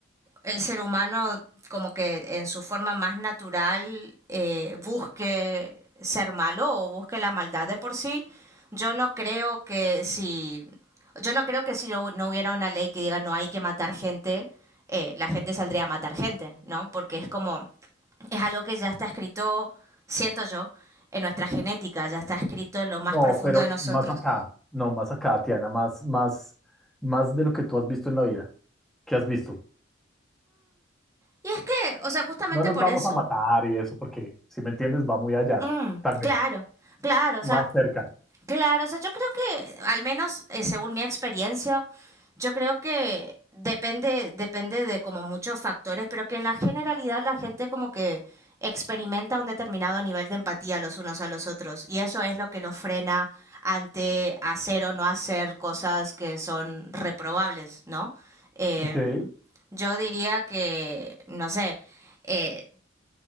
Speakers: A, on the right; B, in the centre.
A: el ser humano como que en su forma más natural eh, busque ser malo o busque la maldad de por sí. Yo no creo que si yo no creo que si no, no hubiera una ley que diga no hay que matar gente, eh, la gente saldría a matar gente, ¿no? Porque es como es algo que ya está escrito, siento yo, en nuestra genética, ya está escrito en lo más
B: No,
A: profundo
B: pero
A: de nosotros.
B: más acá, no, más acá, Tiana, más, más, más de lo que tú has visto en la vida. ¿Qué has visto?
A: Y es que, o sea, justamente
B: No nos
A: por
B: vamos
A: eso.
B: a matar y eso, porque si me entiendes, va muy allá,
A: Mm,
B: tal vez,
A: claro, claro, o
B: más
A: sea,
B: cerca.
A: Claro, o sea, yo creo que, al menos eh, según mi experiencia, yo creo que depende, depende de como muchos factores, pero que en la generalidad la gente como que experimenta un determinado nivel de empatía los unos a los otros y eso es lo que los frena ante hacer o no hacer cosas que son reprobables, ¿no? Em,
B: Ok, sí,
A: yo diría que, no sé, eh,